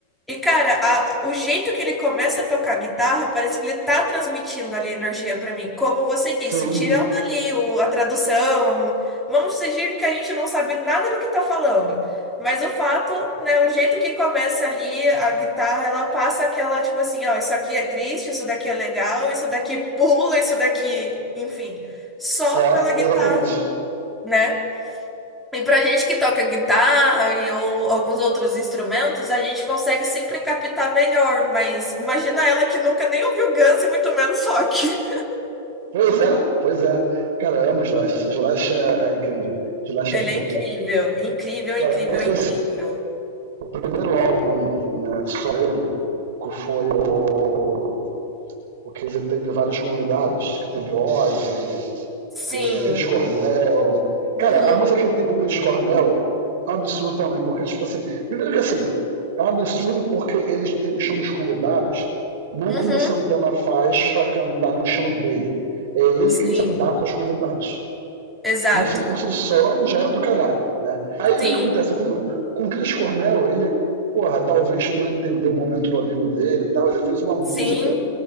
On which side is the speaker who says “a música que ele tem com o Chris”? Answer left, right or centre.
Right